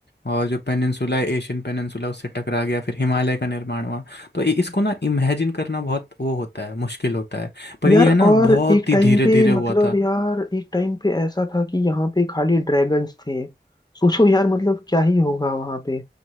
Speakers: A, on the left; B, on the left.
A: और जो पेनिनसुला है एशियन पेनिनसुला उससे टकरा गया फिर हिमालय का निर्माण हुआ तो इ- इसको ना इमेजिन करना बहुत वो होता है मुश्किल होता है पर
B: यार
A: ये है ना
B: और
A: बहुत
B: एक
A: ही
B: टाइम
A: धीरे
B: पे
A: धीरे हुआ
B: मतलब
A: था
B: यार एक टाइम पे ऐसा था कि यहाँ पे खाली ड्रैगन्स थे सोचो यार मतलब क्या ही होगा वहाँ पे